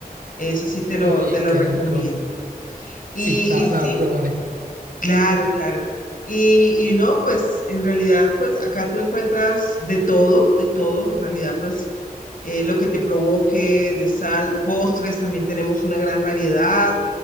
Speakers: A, on the left; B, on the right.
A: Eso sí te lo,
B: Oye,
A: te lo
B: qué
A: recomiendo.
B: rico.
A: Y,
B: Sí, la,
A: y
B: la
A: sí,
B: probaré.
A: Claro, claro. Y, y no, pues en realidad, pues acá tú encuentras de todo, de todo, en realidad, pues eh, lo que te provoque, de sal, postres, también tenemos una gran variedad.